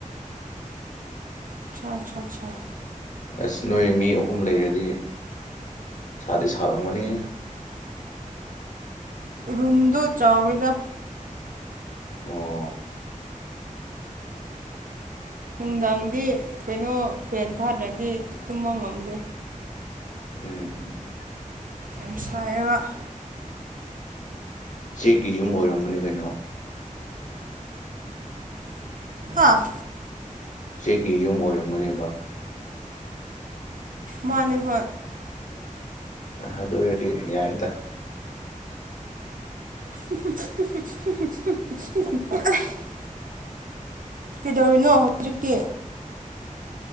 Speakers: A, on the right; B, on the left.
A: ꯑꯆꯥ ꯑꯆꯥ ꯑꯆꯥ
B: ꯑꯁ ꯅꯣꯏ ꯃꯤ ꯑꯍꯨꯝ ꯂꯩꯔꯗꯤ ꯁꯥꯗꯤ ꯁꯥꯔꯝꯒꯅꯤ
A: ꯔꯨꯝꯗꯣ ꯆꯥꯎꯋꯦꯗ
B: ꯑꯣ
A: ꯅꯨꯡꯗꯥꯡꯗꯤ ꯀꯩꯅꯣ ꯐꯦꯟ ꯊꯥꯗ꯭ꯔꯗꯤ ꯇꯨꯝꯕ ꯉꯝꯗꯦ
B: ꯎꯝ ꯎꯝ
A: ꯌꯥꯝ ꯁꯥꯏꯕ
B: ꯆꯦꯛꯒꯤ ꯌꯨꯝ ꯑꯣꯏꯔꯝꯒꯅꯤ ꯀꯩꯅꯣ
A: ꯍꯥꯥ
B: ꯆꯦꯛꯒꯤ ꯌꯨꯝ ꯑꯣꯏꯔꯝꯒꯅꯦꯕ
A: ꯃꯅꯤ ꯍꯣꯌ
B: ꯑꯗꯨ ꯑꯣꯏꯔꯗꯤ ꯌꯥꯏꯗ
A: <unintelligible> ꯀꯩꯗꯧꯔꯤꯅꯣ ꯍꯧꯖꯤꯛꯀꯤ